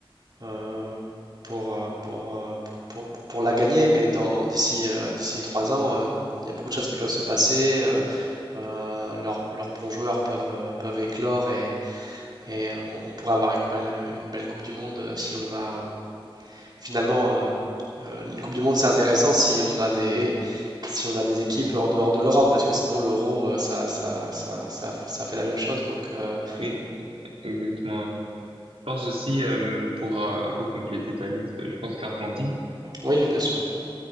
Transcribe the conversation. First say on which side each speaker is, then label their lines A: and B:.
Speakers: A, on the right; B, on the right.
A: euh, pour, euh, pour, euh, pour, pour la gagner, mais dans, d'ici euh, d'ici trois ans, euh, il y a beaucoup de choses qui peuvent se passer. euh, euh, leurs, leurs bons joueurs peuvent, euh, peuvent éclore et, et on, on pourrait avoir une belle, une belle Coupe du Monde euh, si on a euh, finalement euh, euh, une Coupe du Monde, c'est intéressant si on a des,
B: Oui,
A: si on a des équipes en dehors de l'Europe, parce que sinon l'euro, euh, ça, ça, ça, ça, f- ça fait la même chose. Donc euh,
B: oui, exactement, ouais. pense aussi, euh, pour euh, un peu compléter ta liste, je pense que l'Argentine.
A: oui, bien sûr. oui